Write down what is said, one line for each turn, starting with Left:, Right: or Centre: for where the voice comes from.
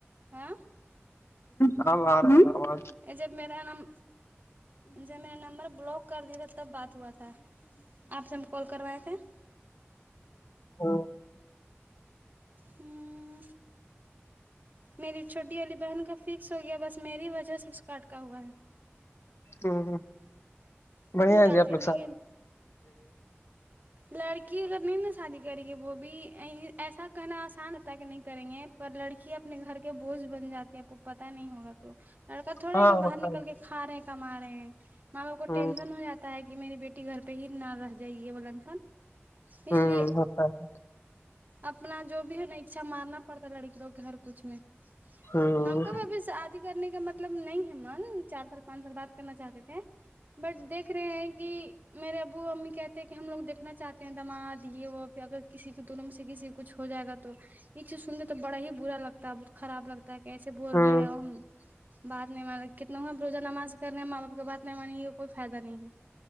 Right: ہاں
Left: ہ بار آواز
Right: ای جب میرا نام جب میرا نمبر بلاک کر دیا تھا تب بات ہوا تھا آپ سے ہم کال کروائے تھے
Left: ا
Right: ہوں میری چھوٹی والی بہن کا فکس ہو گیا بس میری وجہ سے اس کاٹکا ہوا ہے
Left: ہ ہ
Right: ہوں
Left: بڑھیا ہے
Right: ڈالتے
Left: جی آپ لوگھ
Right: نہیں لڑکی اگر نہیں نا شادی کری کے وہ بھی ایسا کہنا آسان ہوتا ہے کہ نہیں کریں گے پر لڑکی اپنے گھر کے بوجھ بن جاتی ہے تو پتہ نہیں ہوگا تو لڑکا تھوڑا
Left: ہاں
Right: ہی کہ باہر
Left: ہوتا
Right: نکل
Left: ہے
Right: کے کھا رہے ہیں کما رہے ہیں ماں باپ کو
Left: ہ
Right: ٹینشن ہو جاتا ہے کہ میری بیٹی گھر پہ ہی نہ رہ جائے یہ بلن پن اس
Left: ہ
Right: لیے
Left: ہوتا ہے
Right: اپنا جو بھی ہے نا اچھا مارنا پڑتا ہے لڑکیوں کے ہر کچھ میں
Left: ہ
Right: ہم کو بھی ابھی سے آد کرنے کا مطلب نہیں ہے مان چار سال پانچ سال بات کرنا چاہتے تھے بٹ دیکھ رہے ہیں کہ میرے ابو امی کہتے کہ کہ ہم لوگ دیکھنا چاہتے ہیں دماد یہ وہ پھر اگر کسی کے دونوں میں سے کسی کچھ ہو جائے گا تو یہ چیز سننے تو بڑا ہی برا لگتا ہے بہت خراب لگتا ہے کیسے بول
Left: ہ
Right: رہے ہیں اور ہم بات نہیں مان کتنےوں ہم روزہ نماز کرنے ہیں ماں باپ کی بات نہیں مانیں گ یہ کوئی فائدہ نہیں ہے